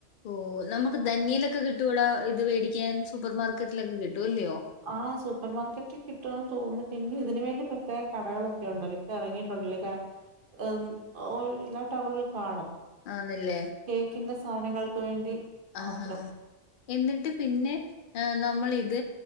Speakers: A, on the left (about 60°); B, on the right (about 50°).
A: ഓ നമുക്ക് ധന്യലൊക്കെ കിട്ടൂടാ ഇത് വേടിക്കാൻ സൂപ്പർ മാർക്കറ്റിലൊക്കെ കിട്ടുവല്ലയോ
B: ആഹ് സൂപ്പർ മാർക്കറ്റ് കിട്ടുമന്ന് തോന്നുന്നു പിന്നെ ഇതിന് വേണ്ടി പ്രത്യേക കടകളൊക്കെ ഉണ്ടല്ലോ ഇറങ്ങിയിട്ടുണ്ടല്ലോ എം ഓ എല്ലാ ടൗണിലും കാണും
A: ആന്നല്ലേ
B: കേക്കിൻ്റെ സാധനങ്ങൾക്ക് വേണ്ടി മാത്രം
A: ആഹാ എന്നിട്ട് പിന്നെ നമ്മളിത്